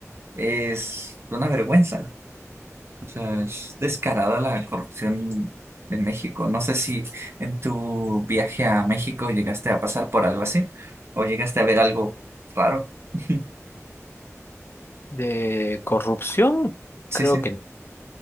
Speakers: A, on the right; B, on the left.
A: es una vergüenza. O sea, es descarada la corrupción en México. No sé si en tu viaje a México llegaste a pasar por algo así o llegaste a ver algo raro. <laughs>
B: De corrupción,
A: Sí,
B: creo
A: sí,
B: que no.